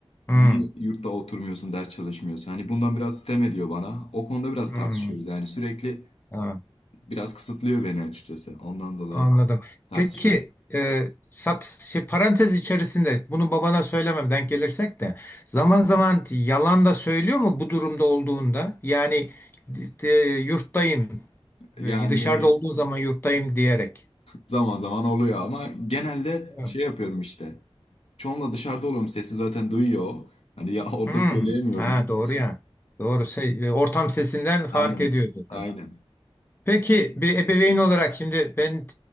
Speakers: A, on the left; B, on the left.
A: Hmm,
B: niye yurtta oturmuyorsun ders çalışmıyorsun hani bundan biraz sitem ediyor bana o konuda biraz
A: hmm,
B: tartışıyoruz yani sürekli
A: tamam.
B: biraz kısıtlıyor beni açıkçası. Ondan dolayı
A: Anladım.
B: tartışıyorum.
A: Peki e, sat şey, parantez içerisinde bunu babana söylemem denk gelirsek de zaman zaman yalan da söylüyor mu bu durumda olduğunda? Yani d- yurttayım
B: Yani
A: e, dışarıda olduğun zaman yurttayım diyerek.
B: zaman zaman oluyor ama genelde
A: Evet.
B: şey yapıyorum işte. Çoğunla dışarıda oluyorum. Sesi zaten duyuyor o. Hani ya orada
A: Hmm.
B: söyleyemiyorum.
A: Ha
B: <laughs> değil
A: doğru ya.
B: mi?
A: Doğru. Şey, e, ortam sesinden fark
B: Aynen.
A: ediyordu.
B: Aynen.
A: Peki bir ebeveyn olarak şimdi ben